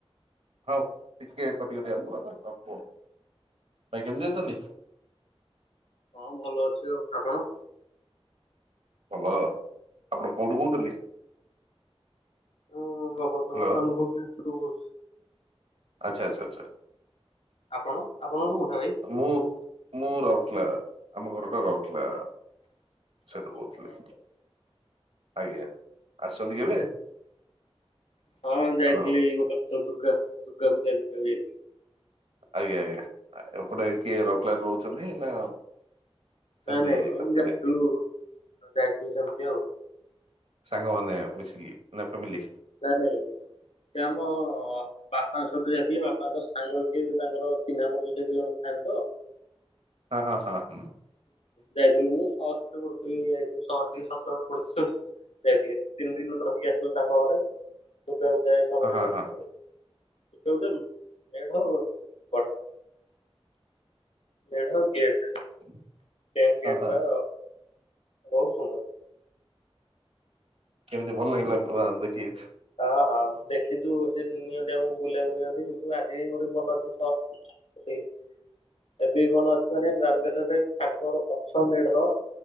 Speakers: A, on the right (about 75°); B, on the left (about 85°).
A: ହଉ ଟିକେ କଟିକଟି ଆସୁଥିଲା ତ ହୋଉ କୁହ। ଭାଇ କେମିତି ଅଛନ୍ତି?
B: ହଁ ଭଲ ଅଛି ଆଉ। ଆପଣ?
A: ଭଲ ଆପଣ କୋଉଠୁ କହୁଥିଲେ?
B: ହୁ ମୁଁ ମ ବ
A: ହ୍ୟାଲୋ
B: ବର୍ତ୍ତମାନ ଭୁବନେଶ୍ୱରରୁ କହୁଚି।
A: ଆଛା ଆଛ ଆଛା।
B: ଆପଣ ଆପଣଙ୍କଠୁ କୋଉଠା ଭାଇ?
A: ମୁଁ ମୁଁ ରାଉରକେଲା ଆମ ଘର ଟା ରାଉରକେଲା। ସେଠୁ
B: ଆଚ୍ଛା ଆଚ୍ଛା
A: କହୁଥିଲି।
B: ରାଉରକେଲା।
A: ଆଜ୍ଞା ଆସିଛନ୍ତି କେବେ?
B: ହଁ
A: ହ୍ୟାଲୋ
B: ଯାଇଥିଲି ଗୋଟେ ବର୍ଷ ଦୁର୍ଗା ଦୁର୍ଗା ପୂଜା ଦେଖିବାକୁ ଯାଇଥିଲି।
A: ଆଜ୍ଞା ଆଜ୍ଞା ଏପଟେ କିଏ ରାଉରକେଲାରେ ରହୁଛନ୍ତି ନା ସେମିତି
B: ନାଇଁ ନାଇଁ ଏ
A: ଆସିଥିଲେ
B: ଯାଇଥିଲୁ ଯାଇଥିଲୁ ସେମିତି ଆଉ।
A: ସାଙ୍ଗମାନେ ମିସିକି ନା ଫାମିଲ?
B: ନାଇଁ ନାଇଁ ସେ ଆମ ବାପାଙ୍କ ସହିତ ଯାଇଥିଲି ବାପାଙ୍କର ସାଙ୍ଗ କିଏ ତାଙ୍କର ଚିହ୍ନା ପରିଚୟ ସେଇଠି ଜଣେ ଥାଆନ୍ତି ତ।
A: ହଁ ହଁ ହଁ ହଁ।
B: ଯାଇଥିଲୁ ମୁଁ ସହ ପଢ଼ୁଥିଲି ଯାଇଥିଲି ଷଷ୍ଠ ସପ୍ତମରେ ଯାଇଥିଲି ତିନି ଦିନ ରହିକି ଆସିଥିଲି ତାଙ୍କ ଘରେ। ଦୁର୍ଗା ପୂଜା ଏଇ ସମୟରେ
A: ହଁ ହଁ
B: ଯାଇଥିଲୁ
A: ହଁ
B: ଦୁର୍ଗା ପୂଜା ମେଢ଼ ବଢିଆ। ମେଢ ଆଉ ଗେଟ୍।
A: <unintelligible>
B: ମେନ୍ ଗେଟ
A: ହଁ ହଁ
B: ଟା ବହୁତ ସୁନ୍ଦର।
A: କେମିତି ଭଲ ଲାଗିଲା ପୁରା ଦେଖିକୀ?
B: ହଁ ହଁ ଦେଖିଛୁ ସେ ନିଅନ୍ତି ଆମକୁ ବୁଲିବାକୁ ନିଅନ୍ତି ତ। ଆଜି ବି ମୋର ମନ ଅଛି ସ ଏବେ ଏବେ ବି ମନେ ଅଛି ମାନେ ରାଉରକେଲାରେ ଠାକୁରଙ୍କର ପଛ ମେଢ